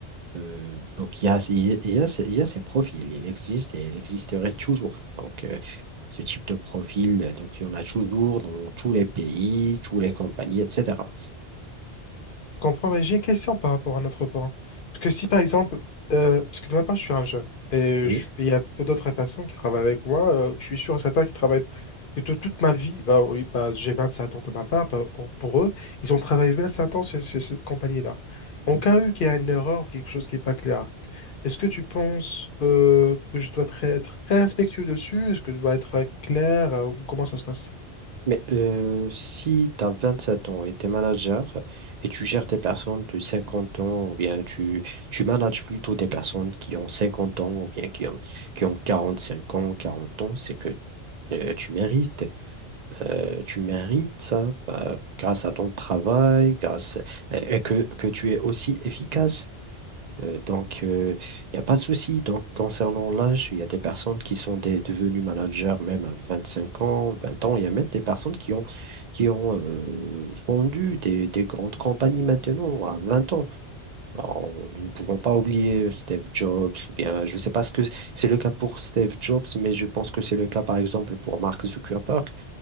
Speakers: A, on the right; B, on the left.
A: Euh, donc, il y a, il y a, ces- il y a ces profils. Il existe et il existerait toujours. Donc, euh, ce type de profil, euh, donc, il y en a toujours dans tous les pays, toutes les compagnies, etc.
B: Je comprends, mais j'ai une question par rapport à notre point. Parce que si par exemple, euh, parce que de ma part, je suis un jeune et
A: Oui,
B: je- il y a peu d'autres personnes qui travaillent avec moi, euh, je suis sûr et certain qui travaillent plutôt toute ma vie. Bah, oui, bah, j'ai 27 ans de ma part, bah, oh, pour eux, ils ont travaillé 25 ans chez, chez cette compagnie-là.
A: oui.
B: En cas où qu'il y a une erreur ou quelque chose qui n'est pas clair, est-ce que tu penses euh, que je dois très- être très respectueux dessus? Est-ce que je dois être euh, clair euh, ou comment ça se passe?
A: Mais euh, si tu as sept ans et tu es manager et tu gères des personnes de 50 ans, ou bien tu, tu manages plutôt des personnes qui ont 50 ans, ou bien qui ont, qui ont 45 ans, 40 ans, c'est que euh, tu mérites. Euh, tu mérites ça euh, grâce à ton travail, grâce, et et que, que tu es aussi efficace. Euh, donc, euh, il n'y a pas de souci. Donc, concernant l'âge, il y a des personnes qui sont des- devenues managers même à 25 ans, 20 ans. Il y a même des personnes qui ont, qui ont euh, fondu des, des grandes compagnies maintenant à 20 ans. Alors, on- nous ne pouvons pas oublier Steve Jobs, ou bien, je ne sais pas ce que c'est le cas pour Steve Jobs, mais je pense que c'est le cas, par exemple, pour Mark Zuckerberg.